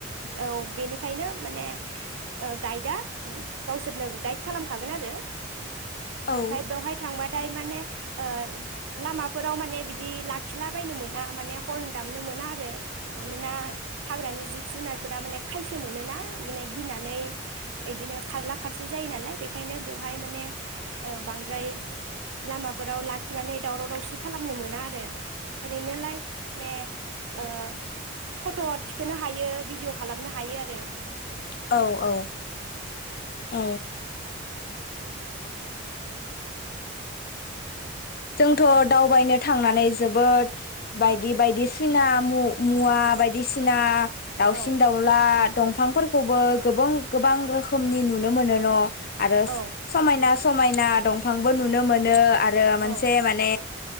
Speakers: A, on the right; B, on the left.
A: औ बेनि माने गाइदआ गावसोरनो गाइद खालामखागोन आरो। ओमफ्राय
B: औ
A: बेवहाय थांबा दाय माने ओ लामाफोराव माने बि बिदि लाखिला बायनो मोना माने हरन दामनो मोना मानोना हाग्रानि जिब जुनारफोरा माने खाय फिनो मोनोना बिदिनो गिनानै बिदिनो खारला खारसि जायो नालाय बेखायनो बेवहाय माने ओ बांद्राय लामाफोराव लाखिनानै दावराव दावसि खालामनो मोना आरो ओरैनोलाय ने ओ फट थिखोनो हायो भिदिअ' खालामनो हायो आरो दे
B: औ औ औ जोंथ' दावबायनो थांनानै जोबोद बायदि बायदिसिना मु-मुवा बायदिसिना दाउसिन-दाउला
A: औ
B: दंफांफोरखौबो गोबां गोबां रोखोमनि नुनो मोनो। <unintelligible> आरो
A: औ
B: समायना समाय ना दं फांबो नुनो मोनो आरो मानसि
A: औ
B: से माने